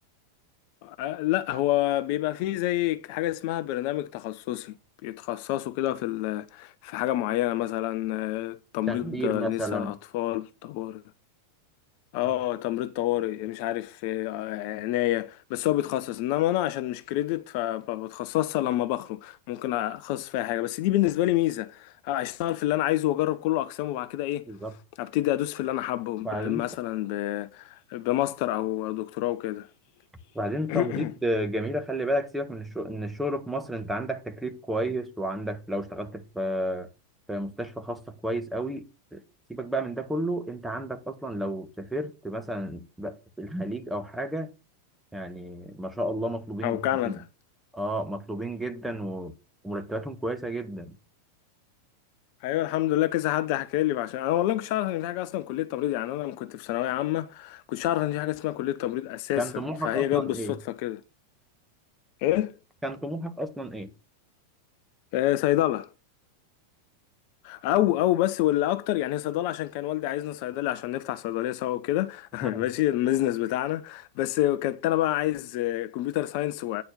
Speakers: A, on the left; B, in the centre.
A: آه، لا هو بيبقى فيه زي حاجة اسمها برنامج تخصصي بيتخصصوا كده في ال- في حاجة معينة مثلا آه، تمريض
B: تخدير
A: نساء
B: مثلا
A: أطفال طوارئ اه
B: آه،
A: تمريض طوارئ مش عارف آه، عناية بس هو بيتخصص انما انا عشان مش كريدت فبتخصصها لما بخرج ممكن اخصص فيها حاجة بس دي بالنسبة لي ميزة اشتغل في اللي انا عايزه واجرب كل اقسامه وبعد كده ايه
B: بالظبط
A: ابتدي ادوس في اللي انا حابه ب-
B: بعدين
A: مثلا ب... بماستر او دكتوراه وكده
B: وبعدين
A: <clears throat>
B: تمريض جميلة خلي بالك سيبك من الشغل ان الشغل في مصر انت عندك تكليف كويس وعندك لو اشتغلت في في مستشفى خاصة كويس قوي سيبك بقى من ده كله انت عندك اصلا لو سافرت مثلا بقى في الخليج او حاجة يعني ما شاء الله مطلوبين
A: او كندا
B: جدا اه مطلوبين جدا و- ومرتباتهم كويسة جدا
A: ايوه الحمد لله كذا حد حكى لي عشان انا والله ما كنتش عارف ان في حاجه اصلا كليه تمريض يعني انا لما كنت في ثانويه عامه كنتش عارف ان في حاجه اسمها كليه تمريض اساسا
B: كان طموحك
A: فهي
B: اصلا
A: جت بالصدفه
B: ايه؟
A: كده ايه
B: كان طموحك اصلا ايه؟
A: آه، صيدله او او بس واللي اكتر يعني صيدله عشان كان والدي عايزنا صيدلي عشان نفتح صيدليه سوا وكده
B: <laughs>
A: <laughs> ماشي البيزنس بتاعنا بس كنت انا بقى عايز كمبيوتر ساينس